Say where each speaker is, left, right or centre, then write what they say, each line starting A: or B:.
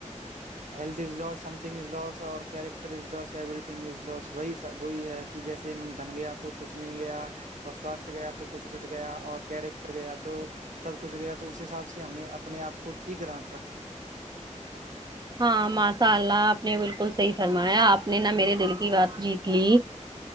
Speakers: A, on the right; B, on the right.
A: health is loss something is لاس اور character is loss everything is لاس وہی وہی ہے کہ جیسے دھن گیا تو کچھ نہیں گیا اور سواستھ گیا تو کچھ کچھ گیا اور کیریکٹر گیا تو سب کچھ گیا تو اس حساب سے ہم نے اپنے آپ کو ٹھیک رہ
B: ہاں ماشاء اللہ آپ نے بالکل صحیح <unintelligible> آپ نے نہا میرے دل کی بات جیت لی